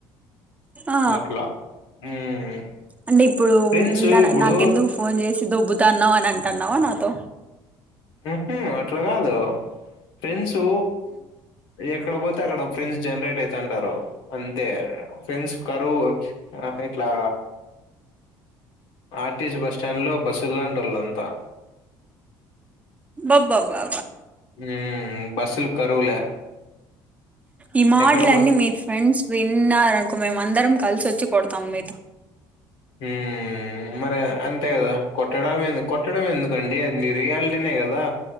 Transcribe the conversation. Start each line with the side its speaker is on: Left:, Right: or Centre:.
Right: ఆ
Left: అట్లా ఉమ్
Right: అంటే ఇప్పుడు
Left: ఫ్రెండ్స్
Right: నా
Left: ఇప్పుడు
Right: నాకెందుకు ఫోన్ చేసి దొబ్బుతాన్నావని అంటున్నావా నాతో?
Left: ఉహు అట్ల కాదు ఫ్రెండ్సు ఎక్కడ పోతే అక్కడ ఫ్రెండ్స్ జనరేట్ అయితాంటారు అంతే ఫ్రెండ్స్ కరువు ఆ ఇట్లా R T C bus stand లో బస్సు లాంటోళ్ళు అంతా
Right: బాబబ్బాబా
Left: ఉమ్ బస్సులు కరువులే
Right: ఈ మాటల
Left: ఎక్కడ పో
Right: అన్నీ మీ ఫ్రెండ్స్ విన్నారనుకో, మేమ అందరం కలిసి వచ్చి కొడతాం మీతో
Left: ఉమ్ మరి అంతే కదా కొట్ టడం ఏందు కొట్టడం ఎందుకండి అది నీ రియాలిటీనే కదా